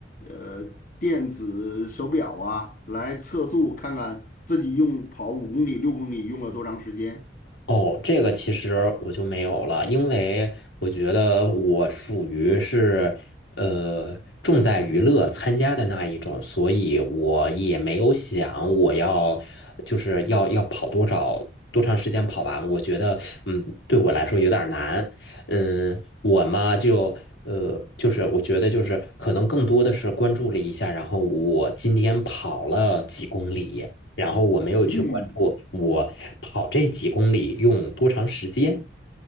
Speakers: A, on the left (about 45°); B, on the left (about 80°).
A: 呃电子手表啊来测速，看看自己用跑五公里、六公里用了多长时间？
B: 哦，这个其实我就没有了，因为我觉得我属于是呃重在娱乐参加的那一种，所以我也没有想我要就是要要跑多少多长时间跑完，我觉得嗯对我来说有点儿难，嗯，我嘛就呃就是我觉得就是可能更多的是关注了一下，然后我今天跑了几公里。然后我没有去关注我跑这几公里用多长时间。
A: 嗯